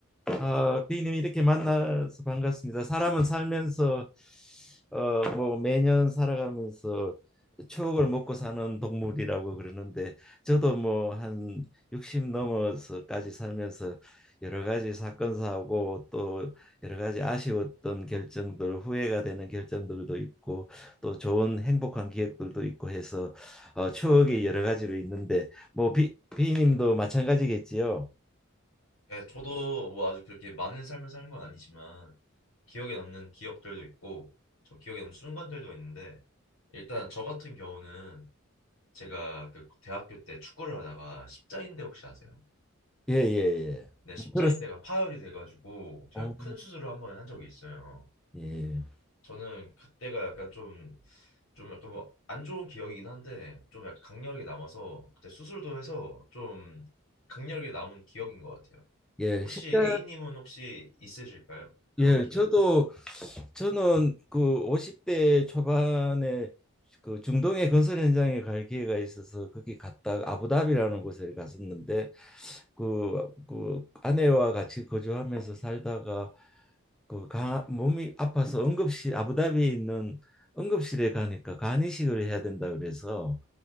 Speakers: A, in the centre; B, on the left.
A: 아, 비님 이렇게 만나서 반갑습니다. 사람은 살면서 어, 뭐 매년 살아가면서 추억을 먹고 사는 동물이라고 그러는데 저도 뭐 한 60 넘어서까지 살면서 여러 가지 사건 사고 또 여러 가지 아쉬웠던 결정들 후회가 되는 결정들도 있고 또 좋은 행복한 기억들도 있고 해서 어, 추억이 여러 가지로 있는데 뭐 비, 비님도 마찬가지겠지요?
B: 네, 저도 뭐 아주 그렇게 많은 삶을 사는 건 아니지만 기억에 남는 기억들도 있고 저 기억에 남는 순간들도 있는데 일단 저 같은 경우는 제가 그 대학교 때 축구를 하다가 십자인대 혹시 아세요?
A: 예 예, 예.
B: 네,
A: 뭐
B: 십자인대가
A: 그렇,
B: 파열이 돼가지고 제가
A: 어,
B: 큰 수술을 한 번 한 적이 있어요.
A: 예.
B: 저는 그때가 약간 좀 좀 약간 뭐 안 좋은 기억이긴 한데 좀 약간 강렬하게 남아서 그때 수술도 해서 좀 강렬하게 남은 기억인 것 같아요.
A: 예,
B: 혹시
A: 실제,
B: A님은 혹시 있으실까요? 그런
A: 예,
B: 기억?
A: 저도, 저는 그 50대 초반에 그 중동의 건설 현장에 갈 기회가 있어서 거기 갔다 아부다비라는 곳에 갔었는데 그, 그 아내와 같이 거주하면서 살다가 그 가, 몸이 아파서 응급실 아부다비에 있는 응급실에 가니까 간이식을 해야 된다 그래서